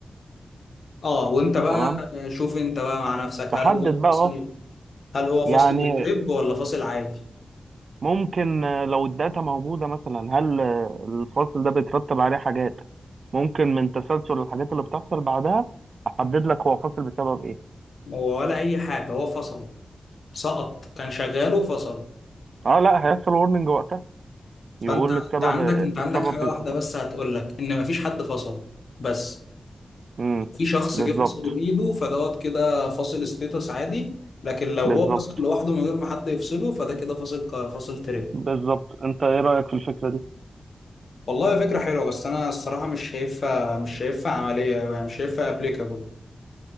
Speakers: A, on the left (about 60°); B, on the right (about 65°).
A: اه وانت بقى
B: تمام
A: شوف انت بقى مع نفسك
B: تحدد
A: هل هو
B: بقى
A: فاصل هل هو
B: يعني
A: فاصل للتريب ولا فاصل عادي
B: ممكن آه، لو الداتا موجودة مثلا هل آه، الفصل ده بيترتب عليه حاجات ممكن من تسلسل الحاجات اللي بتحصل بعدها أحدد لك هو فاصل بسبب إيه
A: هو ولا اي حاجه هو فصل سقط كان شغال وفصل
B: أه لا هيحصل ورنينج وقتها
A: فانت
B: يقول
A: انت
B: السبب
A: عندك انت عندك
B: السبب
A: حاجه
B: ال-
A: واحده بس هتقول لك ان مفيش حد فصل بس
B: امم
A: في شخص
B: بالظبط
A: جه فصله بايده فدوت كده فاصل ستيتس عادي لكن لو
B: بالظبط
A: هو فصل لوحده من غير ما حد يفصله فده كده فاصل ك- فاصل ترند
B: بالظبط أنت إيه رأيك في الفكرة دي؟
A: والله فكرة حلوة بس أنا الصراحة مش شايفها مش شايفها عملية أوي يعني مش شايفها أبليكابل